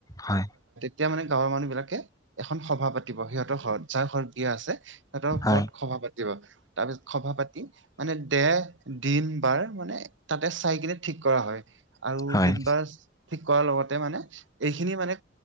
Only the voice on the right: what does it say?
এতিয়া মানে গাঁৱৰ মানুহ বিলাকে এখন সভা পাতিব সিহঁতৰ ঘৰত যাৰ ঘৰত বিয়া আছে সিহতৰ
ঘৰত সভা পাতিব তাৰপিছত সভা পাতি মানে দেহ দিন বাৰ মানে তাতে চাই কিনে ঠিক কৰা হয় আৰু
দিন বাৰ ঠিক কৰাৰ লগতে মানে এইখিনি মানে